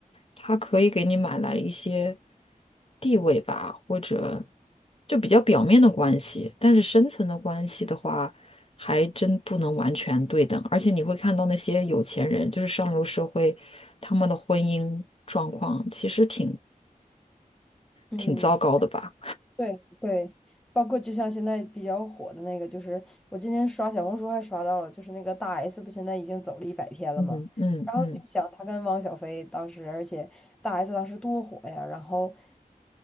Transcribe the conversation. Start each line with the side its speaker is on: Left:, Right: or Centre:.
Left: 它可以给你买来一些。地位吧，或者就比较表面的关系，但是深层的关系的话，还真不能完全对等。而且你会看到那些有钱人，就是上流社会，他们的婚姻状况其实挺
Centre: 嗯。
Left: 挺糟糕的吧？
Centre: 对对，包括就像现在比较火的那个，就是我今天刷小红书还刷到了，就是那个大 S 不现在已经走了一百天了嘛，
Left: 嗯嗯嗯
Centre: 然后你就想她跟汪小菲当时，而且大 S 当时多火呀，然后